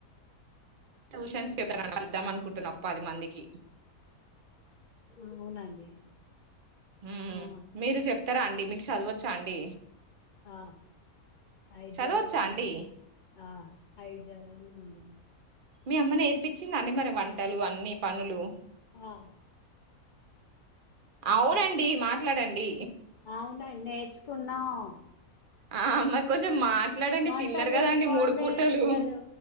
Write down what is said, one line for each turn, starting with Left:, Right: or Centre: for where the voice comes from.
Right: ట్యూషన్స్ పపద్దాం అనుకుంటున్నా ఒక పది మందికి
Left: అవునండి
Right: ఉ
Left: ఆ
Right: మీరు చెప్తారా అండి మీకు చదవచ్చా అండి
Left: ఆ ఐదుజదివినండి
Right: చదవచ్చా అండి
Left: ఆ ఐదుజాదివినండి
Right: మీ అమ్మని నేర్పించింద అండి మరి వంటలు అన్ని పనులు
Left: ఆ
Right: అవునండి
Left: ఉంటా
Right: మాట్లాడండి
Left: అవునండి నేర్చుకున్నాం
Right: ఆ అ మరి కొంచెం మాట్ ఎట్లాడండి
Left: వంటలు
Right: తిన్నారు కదా
Left: చేసుకోందే
Right: అండి మూడు పూటలు
Left: పిల్లలు